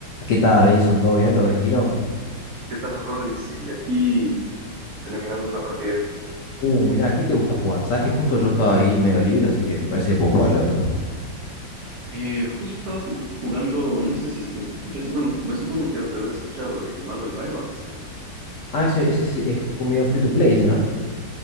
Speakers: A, on the left; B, on the right.
A: ¿Qué tal, Edison? ¿Todo bien? ¿Todo tranquilo?
B: ¿Qué tal, Rodri? Sí, aquí terminando una partida.
A: Uh, mirá, ¿qué te gusta jugar? Sabes que justo yo estaba ahí medio libre, así que me parece que puedo jugarle otro.
B: Eh, justo estaba jugando, no sé si es que escuchaste, bueno, me supongo que has de haber escuchado de Marvel Rivals
A: Ah, ese, ese sí es como medio free to play, ese, ¿no?